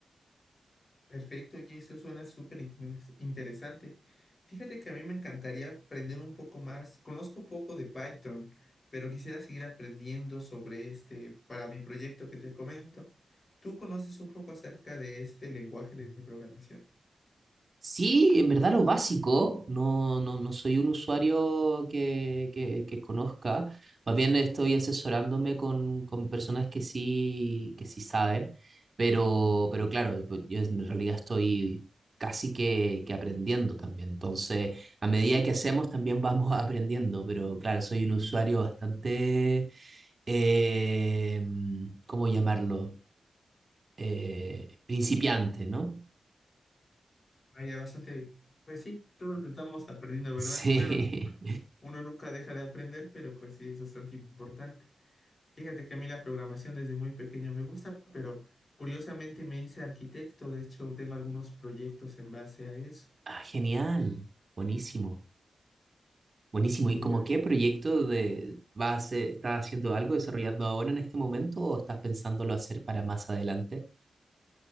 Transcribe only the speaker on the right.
Sí, en verdad lo básico, no, no, no soy un usuario que, que, que conozca, más bien estoy asesorándome con, con personas que sí, que sí saben, pero, pero claro, pues yo en realidad estoy casi que, que aprendiendo también, entonces a medida que hacemos también vamos <laughs> aprendiendo, pero claro, soy un usuario bastante, eh, ¿cómo llamarlo? Eh, principiante, ¿no?
<laughs> Sí.
Ah, genial, buenísimo, buenísimo.
¿Y como qué proyecto de vas a hacer- estás haciendo algo desarrollando ahora en este momento o estás pensándolo hacer para más adelante?